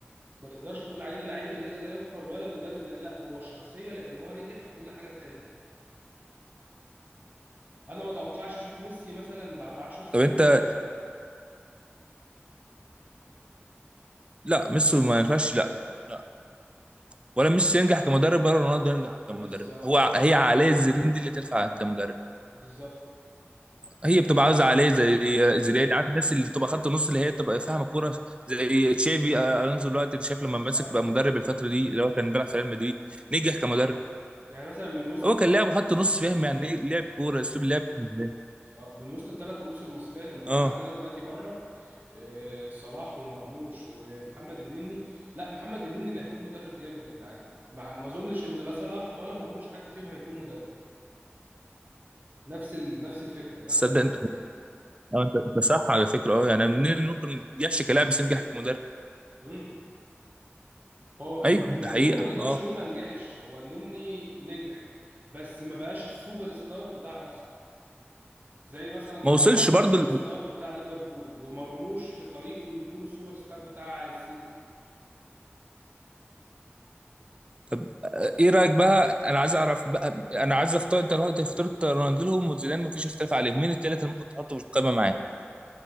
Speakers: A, on the right; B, on the right.
A: ما تقدرش تقول عليه اللعيب الذي لا يقهر ولا المدرب لا, لا هو شخصيه لان هو نجح في كل حاجه دخلها انا ما اتوقعش اشوف ميسي مثلا بعد 10 سنين
B: طب انت
A: مدرب
B: لا ميسي ما ينفعش لا لا ولا ميسي ينجح كمدرب ولا رونالدو ينجح كمدرب
A: بالظبط
B: هو ع- هي عقليه زيدان دي اللي تنفع كمدرب
A: بالظبط
B: هي بتبقى عاوزه عقليه زي زيدان عارف الناس اللي تبقى خط نص اللي هي تبقى فاهمه الكوره زي
A: مم.
B: تشافي آه، الونزو دلوقتي اللي شاف لما مسك
A: ايوه
B: بقى مدرب الفتره دي اللي هو كان بيلعب في ريال مدريد نجح كمدرب
A: يعني مثلا من وسط
B: هو
A: الثلاث
B: كان لاعب خط نص فاهم يعني ايه لعب كوره اسلوب لعب ازاي
A: اه من وسط الثلاث رؤوس المصريه اللي موجوده
B: اه
A: عندنا دلوقتي بره آه صلاح ومرموش ومحمد النني لا محمد النني اللي هيكون مدرب جامد يا جدعان ما ما اظنش ان لا صلاح ولا مرموش حد فيهم هيكون مدرب نفس ال... نفس الفكره نفس
B: تصدق
A: العقليه
B: انت اه انت انت صح على فكره اه يعني منين ممكن يحشي كلاعب بس ينجح كمدرب
A: امم هو م-
B: ايوه
A: إن-
B: ده
A: النني
B: حقيقه
A: ما نقدرش
B: اه
A: نقول ما نجحش هو النني نجح بس ما بقاش السوبر ستار بتاع ارسنال زي مثلا صلاح
B: ما وصلش
A: ما هو
B: برضه
A: السوبر ستار بتاع ليفربول ومرموش في طريقه انه يكون السوبر ستار بتاع السيتي
B: طب آه، ايه رايك بقى انا عايز اعرف بقى انا عايز اختار انت دلوقتي اخترت رونالدو وزيدان مفيش اختلاف عليهم مين الثلاثه اللي ممكن تحطه في القائمه معاك